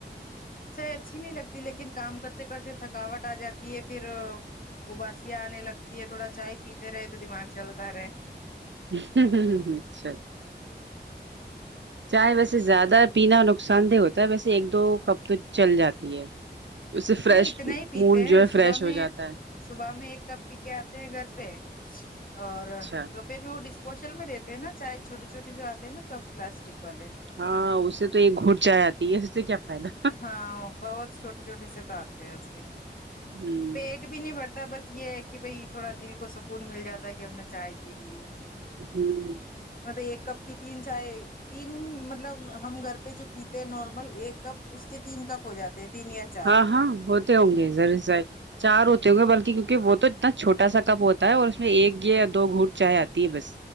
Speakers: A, on the left; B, on the right.
A: چائی اچھی نہیں لگتی لیکن کام کرتے کرتے تھکاوٹ آ جاتی ہے پھر اباسیاں آنے لگتی ہے تھوڑا چائے پیتے رہے تو دماغ چلتا رہے
B: اچھا اچھا چائے ویسے زیادہ پینا نقصان دہ ہوتا ہے ویسے ایک دو کپ تو چل جاتی ہے اس سے فریش
A: نہیں اتنا ہی پیتے
B: موڈ
A: ہیں
B: جو ہے فریش
A: صبح
B: ہو
A: میں
B: جاتا ہے
A: صبح میں ایک کپ پی کے آتے ہیں گھر پے اور
B: اچھا
A: دو پھر میں وہ ڈسپوزل میں دیتے ہیں نا چاہے چھوٹی چھوٹے جو آتے نا کپ پلاسٹک والے
B: ہاں اسے تو ایک گھٹ چائے آتی ہے اس سے کیا فائدہ
A: ہاں بہت چھوٹے چھوٹے سے سیت آتے ہیں اس میں کی
B: ہمم
A: پیٹ بھی نہیں بڑتا بس یے ہے کی بھائی تھوڑا دل کو سکون مل جاتا ہے کی ہم نے چائے پی لی ہے
B: ہمم
A: مطلب ایک کپ کی تین چائے تین مطلب ہم گھر پے جو پیتے ہیں نارمل ایک کپ اس کے تین کپ ہو جاتے ہیں تین یا چار
B: ہاں ہاں ہوتے ہوں گے ضرور چار ہوتے ہوں گے بلکی کیونکہ وہ تو اتنا چھوٹا سا کپ ہوتا ہے اور اس میں ایک گ یا دو گھوٹ چائے آتی ہے بس